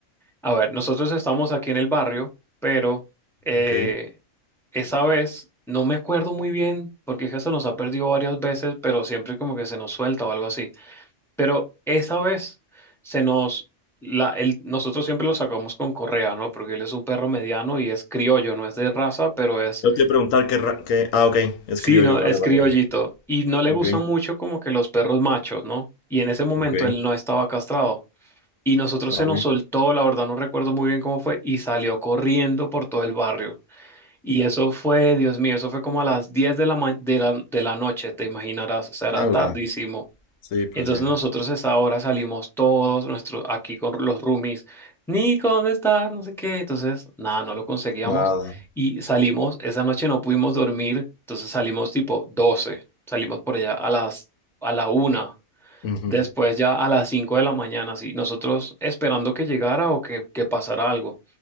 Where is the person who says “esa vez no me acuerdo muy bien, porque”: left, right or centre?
Centre